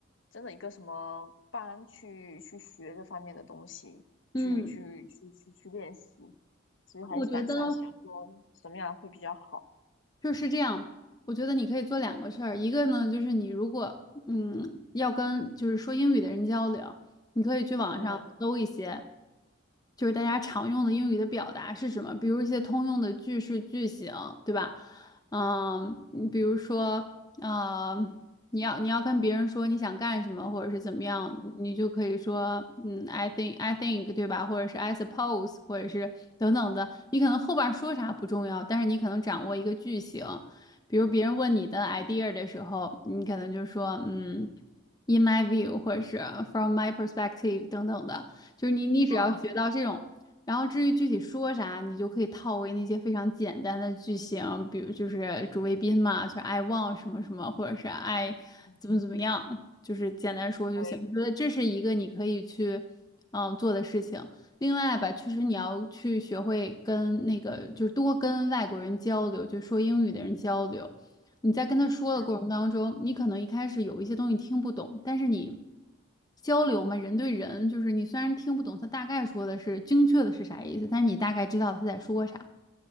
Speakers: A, on the left; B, on the left.
A: 真的一个什么班去去学这方面的东西，
B: 嗯，
A: 去去去去去练习，所以还是敢想想说什么样会比较好。
B: 我觉得。就是这样，我觉得你可以做两个事儿，一个呢就是你如果嗯要跟就是说英语的人交流，你可以去网上搜一些，
A: 嗯
B: 就是大家常用的英语的表达是什么，比如一些通用的句式句型，对吧？嗯，你比如说，啊。你要你要跟别人说你想干什么，或者是怎么样，你就可以说，嗯，I think I think，对吧？或者是 I suppose，或者是等等的。
A: 嗯
B: 你可能后边说啥不重要，但是你可能掌握一个句型。比如别人问你的 idea 的时候，你可能就说，嗯，in my view，或者是 from my perspective 等等的。就是你你只要学到这种然后至于具体说啥，
A: 嗯，
B: 你就可以套为那些非常简单的句型，比如就是主谓宾嘛，就是 I want 什么什么，或者是 I
A: 嗯
B: 怎么怎么样，就是简单说就行。
A: 对，
B: 我觉得这是一个你可以去嗯做的事情。另外吧，确实你要去学会跟那个，就是多跟外国人交流，就说英语的人交流。你在跟他说的过程当中，
A: 嗯
B: 你可能一开始有一些东西听不懂，但是你交流嘛，人对人，就是你虽然听不懂他大概说的是精确的是啥意思，但是你大概知道他在说啥。